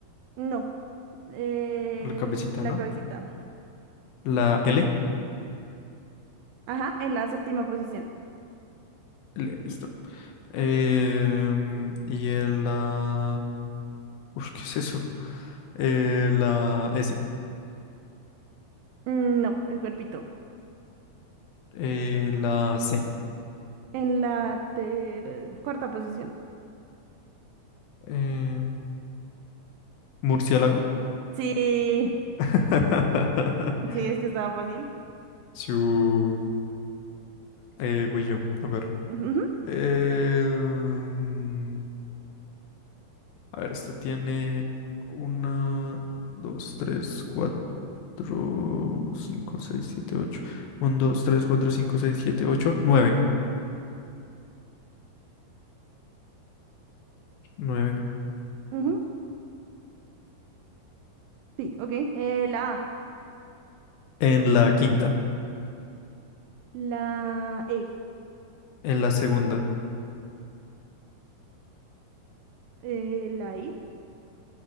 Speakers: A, on the right; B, on the left.
A: No. Eh,
B: la cabecita,
A: la
B: ¿no?
A: cabecita.
B: La L,
A: Ajá, en la séptima posición.
B: L, listo. Em, y el... la, ush, ¿qué es eso? Eh, la S,
A: Mm, No, el cuerpito.
B: eh, la C.
A: En la ter- cuarta posición.
B: eh, murciélago.
A: Sí,
B: <laughs>
A: sí, es que estaba fácil.
B: Su... eh, voy yo, a ver.
A: Ujú,
B: Em, a ver, esto tiene una, dos, tres, cuatro. cuatro cinco seis siete ocho uno dos tres cuatro cinco seis siete ocho nueve nueve
A: ujú, Sí, ok. Eh, la A,
B: En la quinta.
A: la E,
B: En la segunda.
A: eh, la I.